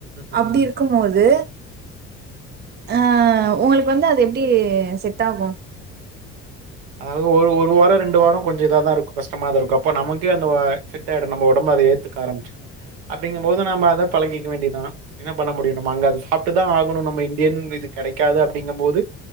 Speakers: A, on the right; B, on the right.
A: ம்
B: அப்படி இருக்கும் போது அ உங்களுக்கு வந்து அது எப்டி செட் ஆகும்
A: அ ஒரு ஒரு வாரம் ரெண்டு வாரம் கொஞ்சம் இதாதான் இருக்கும் கஷ்டமாதான் இருக்கும் அப்போ நமக்கே அந்த செட்ட ஆயிடும் நம்ம உடம்பு அதை ஏத்துக்க ஆரம்பச்சிடு அப்படிங்கும் போது நம்ம அத பழகிக்க வேண்டிதான் என்ன பண்ண முடியும் நம்ம அங்க அத சாப்ட்டுதான் ஆகணும் நம்ம இந்தியன் இது கிடைக்காது அப்படிங்கும் போது